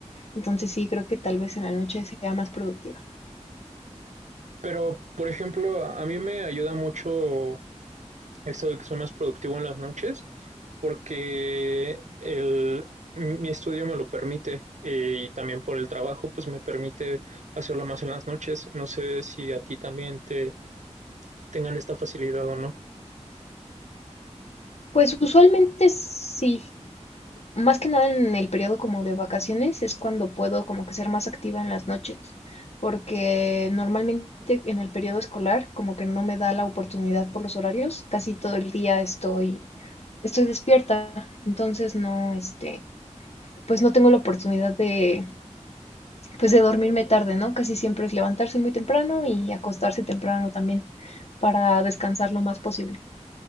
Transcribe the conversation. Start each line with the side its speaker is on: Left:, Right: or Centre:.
Left: Entonces sí, creo que tal vez en la noche sea más productiva.
Right: Pero, por ejemplo, a a mí me ayuda mucho Esto de que soy más productivo en las noches porque el, mi estudio me lo permite eh, y también por el trabajo pues me permite hacerlo más en las noches. No sé si a ti también te tengan esta facilidad o no.
Left: Pues usualmente sí, Más que nada en el periodo como de vacaciones es cuando puedo como que ser más activa en las noches, porque normalmente en el periodo escolar como que no me da la oportunidad por los horarios, casi todo el día estoy estoy despierta, entonces no este, pues no tengo la oportunidad de pues de dormirme tarde, ¿no? Casi siempre es levantarse muy temprano y acostarse temprano también para descansar lo más posible.